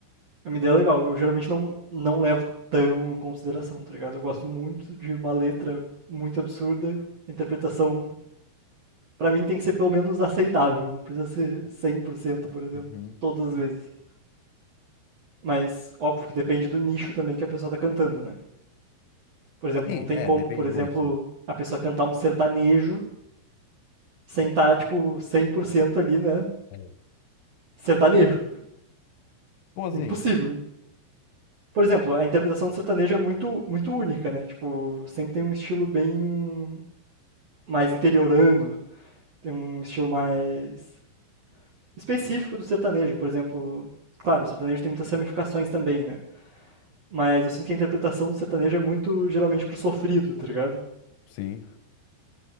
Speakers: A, on the right (about 60°); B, on the left (about 80°).
A: É uma ideia legal. Eu geralmente não, não levo tão em consideração, tá ligado? Eu gosto muito de uma letra muito absurda, a interpretação, pra mim, tem que ser pelo menos aceitável. Não precisa ser cem por cento por exemplo,
B: Uhum.
A: todas as vezes. Mas, óbvio que depende do nicho também que a pessoa tá cantando, né? Por exemplo,
B: Sim,
A: não tem
B: é,
A: como,
B: depende
A: por exemplo,
B: muito.
A: a pessoa cantar um sertanejo sem estar, tipo, 100% ali, né?
B: É.
A: Sertanejo.
B: Como assim?
A: Impossível. Por exemplo, a interpretação do sertanejo é muito, muito única, né? Tipo, sempre tem um estilo bem mais interiorano, tem um estilo mais específico do sertanejo. Por exemplo, claro, o sertanejo tem muitas ramificações também, né? Mas eu sinto que a interpretação do sertanejo é muito, geralmente, pro sofrido, tá ligado?
B: Sim,